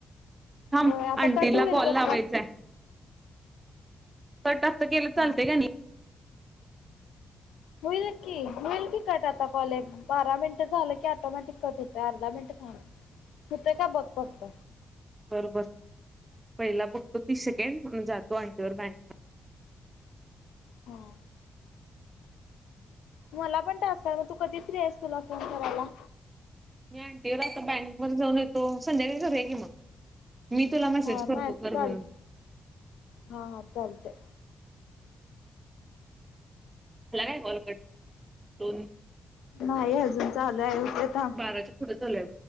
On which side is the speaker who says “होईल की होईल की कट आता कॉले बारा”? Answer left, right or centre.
Left